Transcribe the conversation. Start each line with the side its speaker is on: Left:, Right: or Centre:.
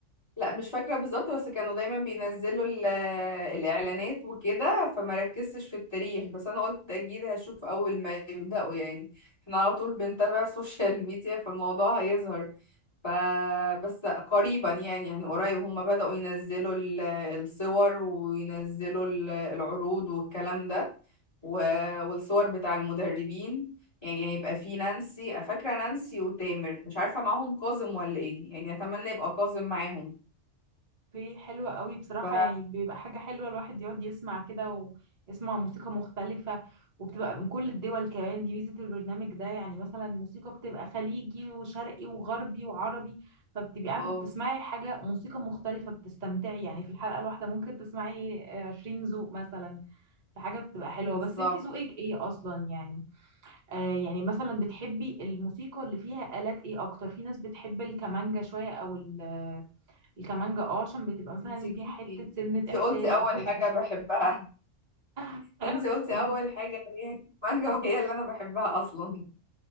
Left: لا مش فاكرة بالظبط بس كانوا دايما بينزلوا ال- الإعلانات وكده فما ركزتش في التاريخ بس أنا قلت أكيد هشوف أول ما يبدأوا يعني احنا على طول بنتابع <laughs> السوشيال ميديا فالموضوع هيظهر ف بس قريبا يعني يعني قريب هم بدأوا ينزلوا ال- الصور وينزلوا ال- العروض والكلام ده و- والصور بتاع المدربين يعني هيبقى في نانسي فاكرة نانسي وتامر مش عارفة معاهم كاظم ولا ايه يعني اتمنى يبقى كاظم معاهم
Right: اوكي حلوة قوي بصراحة
Left: ف
Right: يعني بيبقى حاجة حلوة الواحد يقعد يسمع كده ويسمع موسيقى مختلفة وبتبقى من كل الدول كمان دي ميزة البرنامج ده يعني مثلا موسيقى بتبقى خليجي وشرقي وغربي وعربي فبتبقي قاعدة
Left: اه
Right: بتسمعي حاجة موسيقى مختلفة بتستمتعي يعني في الحلقة الواحدة ممكن تسمعي آه، عشرين ذوق مثلا في حاجة بتبقى حلوة
Left: بالظبط
Right: بس انتي ذوقك ايه اصلا يعني آه يعني مثلا بتحبي الموسيقى اللي فيها آلات ايه اكتر في ناس بتحب الكمانجا شوية او ال الكمانجة اه عشان بتبقى مثلا
Left: انت جبتي
Right: فيها حتة سنة
Left: انت
Right: إحساس
Left: قلتي اول
Right: وحزن
Left: حاجة بحبها
Right: <laughs>
Left: انت قلتي
Right: اوكي
Left: اول حاجة هي المانجا وهي اللي انا بحبها اصلا